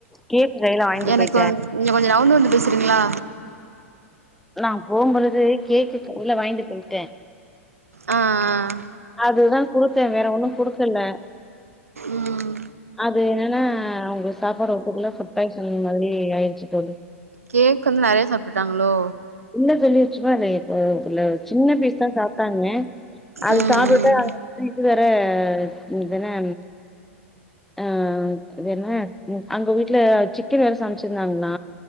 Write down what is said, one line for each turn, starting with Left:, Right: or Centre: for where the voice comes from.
Centre: கேக் கைல வாங்கிட்டு
Right: எனக்கு
Centre: போயிட்டே
Right: வந் நீங்க கொஞ்ச நவுந்து வந்து பேசுறீங்களா
Centre: நா போகும் பொழுதே கேக்கு எல்லா வாங்கிட்டு போயிட்டே
Right: ஆ ஆ ஆ
Centre: இல்லேனா குடுத்தே வேற ஒன்னு குடுக்கல அது
Right: ம்
Centre: அது என்னன்னா அவுங்க சாப்பாடு ஒத்துக்கல ஃபுட் பாய்சன் மாரி ஆயிடுச்சு தோழி
Right: கேக் வந்து நெறய சாப்ட்டுடுட்டாங்களோ
Centre: சொல்ல சொல்லிருச்சும்மா <unintelligible> இதுல சின்ன பீஸ்தா சாப்படாங்க அது
Right: ம்
Centre: சாப்புட்டு <unintelligible> தே அது என்னா அ இது என்ன அங்க வீட்ல சிக்கன் வேற சமச்சிருந்தாங்களா